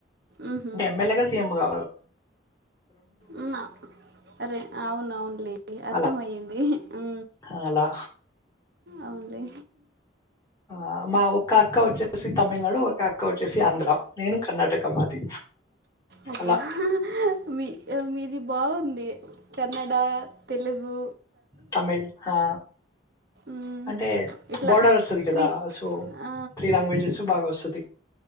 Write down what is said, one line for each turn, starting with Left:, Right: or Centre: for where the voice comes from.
Right: మ్హూ.
Left: అంటే ఎమ్ఎల్ఏగా సీఎమ్గా
Right: అమ్మా అరే అవున్ అవునులేండి అర్థమయ్యింది
Left: అలా
Right: ఊ
Left: అలా
Right: అవున్లే
Left: ఆ మా ఒక్క అక్కా వచ్చేసి తమిళనాడు ఒక అక్కా వచ్చేసి ఆంధ్రా నేను కర్ణాటకా మాది.
Right: అబ్బా
Left: అలా
Right: మీ మీది బాగుందీ. కన్నడా, తెలుగు
Left: తమిళ్ హా
Right: మ్,
Left: అంటే
Right: ఇట్లా
Left: బార్డర్ వస్తది కదా
Right: త్రీ
Left: సో
Right: ఆ,
Left: త్రీ లాంగ్వేజెస్ బాగా వస్తది.